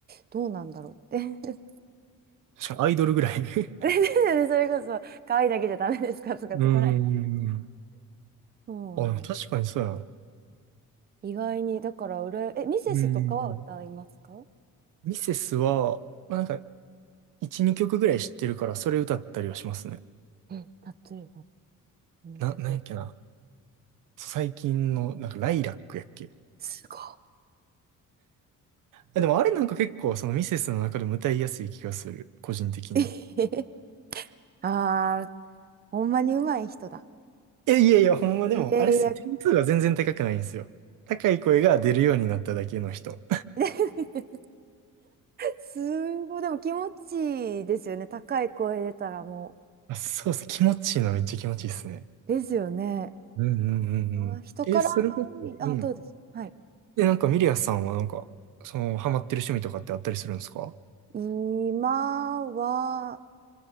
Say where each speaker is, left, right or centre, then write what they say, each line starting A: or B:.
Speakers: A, on the right (about 30°); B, on the right (about 70°).
A: どうなんだろうって。
B: 確かにアイドルぐらい。<laughs>
A: <laughs> それこそ、可愛いだけじゃダメですかとか、
B: うーん。
A: そこらへん。そうなん
B: あ、でも確かにそうやな。う
A: 意外に、だから、うらえ、ミセスとかは歌いますかう
B: ーん。ミセスは、まあ、なんか、1、2曲ぐらい知ってるから、それ歌ったりはしますね。
A: ん、例えば、この曲。
B: な、なんやっけな。そう最近の、なんか、ライラックやっけ。
A: すごい。
B: あ、でもあれなんか結構、そのミセスの中でも歌いやすい気がする。個人的に。
A: <laughs> ああ、ほんまに上手い人だ。
B: え、いやいや、ほんまでも、
A: いやいや、
B: あれっすよ。点数が全然高くないんですよ。高い声が出るようになっただけの人。
A: <laughs> すごい。でも気持ちいいですよね。高い声出たらも
B: あ、そうっす。気持ちいいのはめっちゃ気持ちいいっすね。
A: うですよね。
B: うんうんうんうん。
A: あー、人からが多い。
B: え、それこそ、
A: あ、
B: うん。
A: どうです。はい。
B: で、なんかミリアさんはなんか、その、ハマってる趣味とかってあったりするんですか
A: 今は、